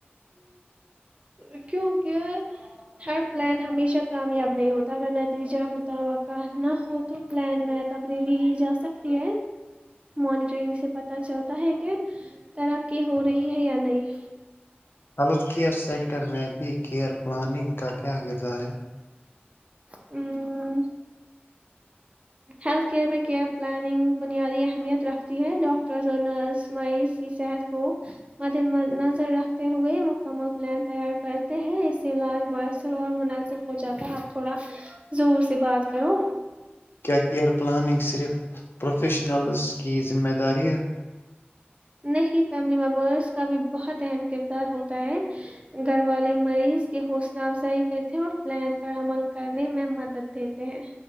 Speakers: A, on the right (about 30°); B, on the left (about 70°).
A: ہ کیونکہ ہر پلان ہمیشہ کامیاب نہیں ہوتا اگر نتیجہ متوقع نہ ہو تو پلان میں تبدیلی ہی جا سکتی ہے مانیٹرنگ سے پتہ چلتا ہے کہ ترقی ہو رہی ہے یا نہیں
B: ہلو کیئر سیکٹر میں بی کیئر پلاننگ کا کیا کردار ہے
A: ہوں ہیلتھ کیئر میں کیئر پلاننگ بنیادی اہمیت رکھتی ہے ڈاکٹرس اور نرس مریض کی صحت کو مد م نظر رکھتے ہوئے مکمل پلان تیار کرتے ہیں اس سے علاج مؤثر اور مناسب ہو جاتا ہے آپ تھوڑا زور سے بات کرو
B: کیا کیئر پلاننگ صرف پروفیشنلز کی ذمہ داری ہے
A: نہیں فیملی ممبرس کا بھی بہت اہم کردار ہوتا ہے گھر والے مریض کی حوصلہ افزائی کرتے ہیں اور فلان پر عمل کرنے میں مدد دیتے ہیں